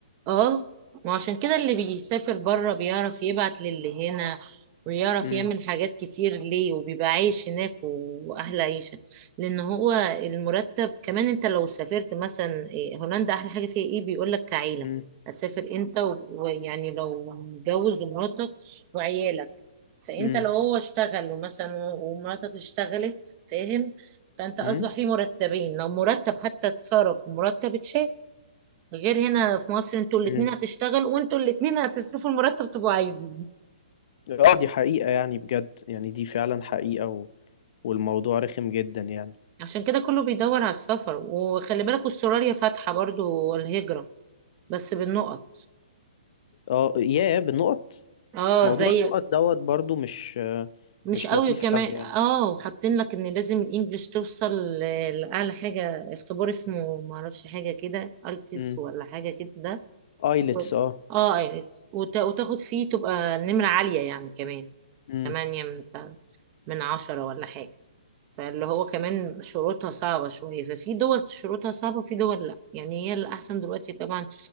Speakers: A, on the right (about 25°); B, on the left (about 50°).
A: اه ما عشان كده اللي بيسافر بره بيعرف يبعت للي هنا ويعرف
B: امم
A: يعمل حاجات كتير ليه وبيبقى عايش هناك واحلى عيشة لان هو المرتب كمان انت لو سافرت مثلا إيه، هولندا احلى حاجة فيها ايه بيقولك كعيلة
B: امم
A: هتسافر انت و- ويعني لو متجوز ومراتك وعيالك فانت
B: امم
A: لو هو اشتغل ومثلا ومراتك اشتغلت فاهم فانت اصبح
B: امم
A: في مرتبين لو مرتب حتى اتصرف ومرتب اتشال غير هنا في مصر انتوا الاتنين
B: امم
A: هتشتغل وانتوا الاتنين هتصرفوا المرتب تبقوا عايزين
B: اه دي حقيقة يعني بجد يعني دي فعلا حقيقة و... والموضوع رخم جدا يعني
A: عشان كده كله بيدور على السفر وخلي بالك استراليا فاتحة برضو الهجرة بس بالنقط
B: اه يا بالنقط
A: اه
B: موضوع
A: زي
B: النقط دوت برضو مش
A: مش
B: مش
A: قوي
B: لطيف
A: كمان
B: قوي يعني
A: اه حاطين لك ان لازم الانجليش توصل ل- لاعلى حاجة اختبار اسمه معرفش حاجة كده التس
B: امم
A: ولا حاجة كده ده
B: ايلتس
A: و...
B: اه
A: اه ايلتس وت... وتاخد فيه تبقى نمرة عالية يعني كمان
B: امم
A: تمانية من من عشرة ولا حاجة فاللي هو كمان شروطها صعبة شوية ففي دول شروطها صعبة وفي دول لأ يعني هي الأحسن دلوقتي طبعا